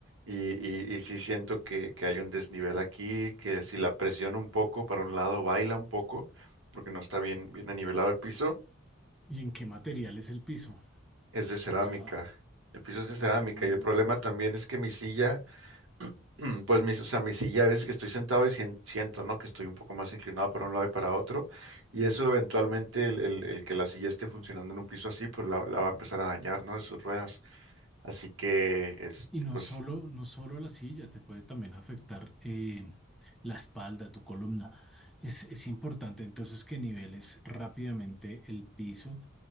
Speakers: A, on the right; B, in the centre.
A: Y, y, y sí siento que, que hay un desnivel aquí, que si la presiono un poco para un lado, baila un poco, porque no está bien, bien anivelado el piso,
B: ¿Y en qué material es el piso? O
A: es de cerámica.
B: sea,
A: El piso es de cerámica
B: uh,
A: y el problema también es que mi silla <clears throat> Mm, Pues mis, o sea, mi silla a veces que estoy sentado y sien- siento, ¿no? Que estoy un poco más inclinado para un lado y para otro. Y eso eventualmente el, el- el que la silla esté funcionando en un piso así, pues la, la va a empezar a dañar, ¿no? De sus ruedas. Así que, este,
B: Y no
A: pues,
B: solo, no solo a la silla, te puede también afectar eh, la espalda, tu columna. Es, es importante entonces que niveles rápidamente el piso.